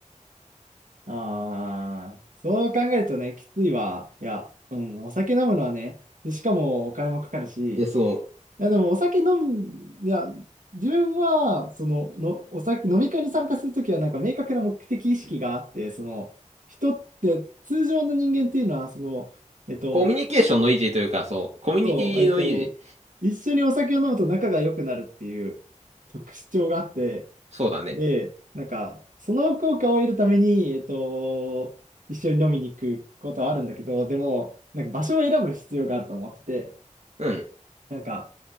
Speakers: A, on the right; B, on the right.
A: ああ、そう考えるとね、きついわ。いや、うん、お酒飲むのはね、で、しかもお金もかかるし、
B: う。
A: い
B: え、そう。
A: や、でもお酒飲む、いや、自分は、その、の、お酒、飲み会に参加するときは、なんか明確な目的意識があって、その、人って、通常の人間っていうのは、その、えっと、
B: コミュニケーションの維持というか、そう。コミュニティの維持。
A: そう、えっと、一緒にお酒を飲むと仲が良くなるっていう特徴があって、
B: そうだね。
A: で、なんか、その効果を得るために、えっと、一緒に飲みに行くことはあるんだけど、でも、なんか場所を選ぶ必要があると思ってて、
B: うん。
A: なんか、